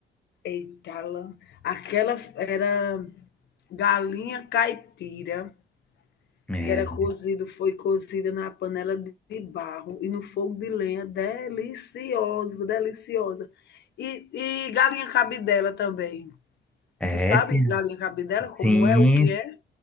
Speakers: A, on the left; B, in the centre.
A: Eita, lã. aquela era galinha caipira,
B: É,
A: que era cozido, foi cozida na panela de de barro e no fogo de lenha, deliciosa, deliciosa. E, e galinha cabidela também.
B: é,
A: Tu sabe
B: tia.
A: galinha cabidela como
B: sim,
A: é, o que é?